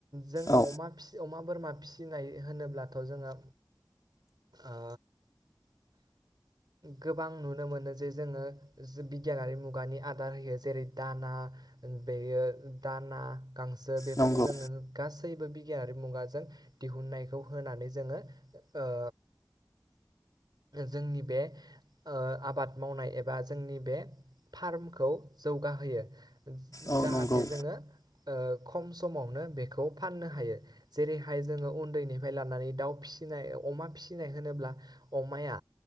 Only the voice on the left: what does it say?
औ
नंगौ
औ
नंगौ